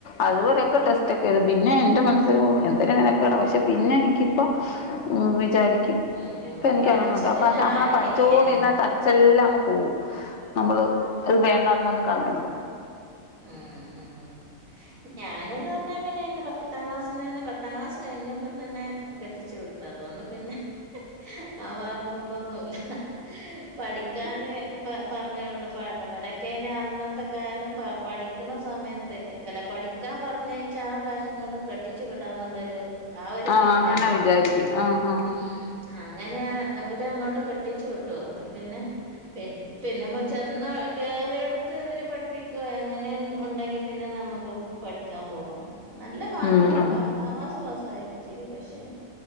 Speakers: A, on the left; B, on the right.
A: അത് കൊറേക്കെ ടെസ്റ്റ് ക്കെഎഴ്തും പിന്നെ എന്റെ മനസ്സിൽ ഓഎന്തെര് മെനക്കേടാ പക്ഷെ പിന്നെ എനിക്കിപ്പോ- ഉം വിചാരിക്കും
B: അയ്യോ
A: ഇപ്പ എനിക്ക്
B: പഠിച്ചിട്ട്
A: അങ്ങനെ തോന്ന അപ്പക്ഷെ
B: ഞാന്
A: നമ്മള പഠിച്ചോടെ
B: എൻ
A: ഇരുന്നട ഇതെല്ലാം അങ്ങ് പോകും നമ്മള് അത് വേണ്ടന്ന് പറഞ്ഞ് കളയ്പോ-
B: മ് ഹ് മഹ് ഞാൻ - ഞാനെന്ന് പറഞ്ഞാൽ പിന്നെന്നെ പത്താം ക്ലാസ്ൽന്ന് തന്നെ പാത്താം ക്ലാസ് കഴിഞ്ഞപ്പം തന്നെ കെട്ടിചു വിട്ടു- അതുകൊണ്ട് പിന്നെ- ആഹ് ഭാഗങ്ങളൊന്നുല്ല പഠിക്കാന് പറഞ്ഞ് - ഇപ്പ അവിടൊക്കെെ അന്നത്തെ കാലം പ പഠിക്കണ സമയത്ത് അല്ല പഠിക്കാൻ പറഞ്ഞച്ചാ ആ കാശും കൊണ്ട് കെട്ടിച്ചു വിടാന്നുള്ളൊരു- ആ ഒരു
A: ആഹ്
B: മൈൻഡാണ്
A: അങ്ങനെ വിചാരിക്കും ആഹ് ആഹ്
B: ഉം- അങ്ങനെ ഇവര് അങ്ങോട്ട് കെട്ടിച്ചു വിട്ടു അപ്പൊ പിന്നെ- പി പിന്നെ ചെന്ന കേറിയേടത്ത് ഇവര് പഠിപ്പിക്വേ- അങ്ങനെ ഒൺ ഒണ്ടെങ്കിൽ പിന്നെ നമുക്ക് പഠിക്കാൻ പോവാം നല്ല മാർക്കോടെ
A: ഉം ഉം
B: പാ പത്ത് ക്ലാസ് പസായിക്കെ ചെയ്യ്ത് പക്ഷെ